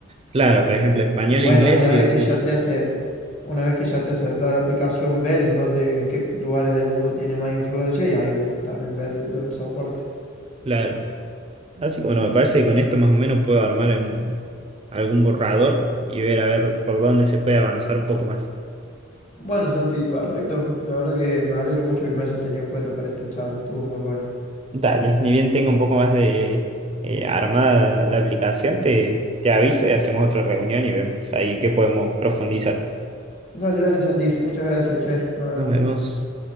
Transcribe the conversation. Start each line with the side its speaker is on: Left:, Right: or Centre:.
Right: Claro, por ejemplo, español
Left: Bueno,
Right: e inglés,
Left: una
Right: sí
Left: vez
Right: o sí.
Left: que ya te hacen, una vez que ya te hacen toda la aplicación, ver en dónde, en qué lugares del mundo tiene más influencia y ahí también ver el, el soporte.
Right: Claro. Así que bueno, me parece que con esto más o menos puedo armar un- algún borrador y ver a ver por dónde se puede avanzar un poco más.
Left: Bueno, Santi, perfecto. La verdad que me alegro mucho que me hayas tenido en cuenta para esta charla. Estuvo muy buena.
Right: Dale, ni bien tenga un poco más de eh, armada la aplicación, te, te aviso y hacemos otra reunión y vemos ahí en qué podemos profundizar.
Left: Dale, dale, Santi. Muchas gracias, che. Nos
Right: Nos
Left: vemos.
Right: vemos.